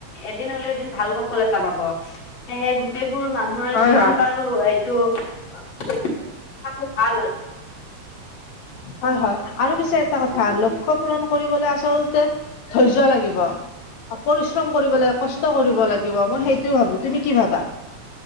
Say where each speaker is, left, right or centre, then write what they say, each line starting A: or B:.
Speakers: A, on the left; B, on the left.
A: এদিন হলেও এদিন ভাল স ফল এটা পাব, সেয়হে গোটেইবোৰ মানুহৰ
B: হয়
A: যিমান
B: হয়।
A: পাৰো এই থকাটো ভাল হয়। <inaudible>
B: হয় হয়, আৰু পিছে এটা কথা লক্ষ্য পূৰণ কৰিবলৈ আচলতে ধৈৰ্য লাগিব। পৰিশ্ৰম কৰিব লাগে কষ্ট কৰিব লাগিব মই সেইটো ভাবো, তুমি কি ভাবা?